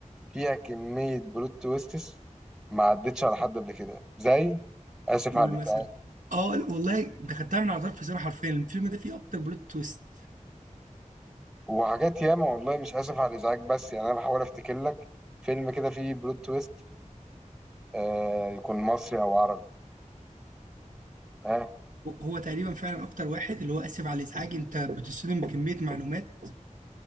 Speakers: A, in the centre; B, on the right (about 80°).
A: فيها كميه بلوت تويستس ما عدتش على حد قبل كده زي اسف
B: قول
A: على
B: مثلا
A: الإزعاج.
B: اه لا، والله انت خدتها من على طرف لساني حرفيا الفيلم ده فيه اكتر بلوت تويست
A: وحاجات ياما والله مش اسف على الازعاج بس يعني انا بحاول افتكر لك فيلم كده فيه بلوت تويست آه يكون مصري او عربي ها
B: هو تقريبا فعلا اكتر واحد اللي هو اسف على الازعاج انت بتصدم بكميه معلومات